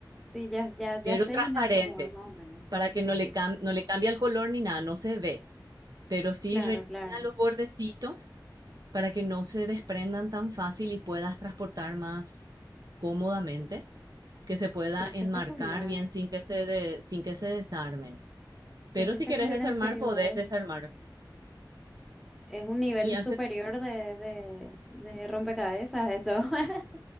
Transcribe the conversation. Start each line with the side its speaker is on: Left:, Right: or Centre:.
Centre: Sí, ya, ya, ya
Right: Pero
Centre: sé,
Right: transparente,
Centre: Gina, cómo es más o menos.
Right: para que
Centre: Sí,
Right: no le, cam- no le cambie el color ni nada, no se ve. Pero sí
Centre: claro,
Right: rellena
Centre: claro.
Right: los bordecitos para que no se desprendan tan fácil y puedas transportar más cómodamente, que se pueda
Centre: Qué espectacular.
Right: enmarcar bien sin que se de- sin que se desarmen. Pero
Centre: Qué espectacular,
Right: si querés desarmar,
Centre: en serio.
Right: podés
Centre: Es,
Right: desarmar.
Centre: es un nivel
Right: Y hace,
Centre: superior de, de, de rompecabezas esto. <laughs>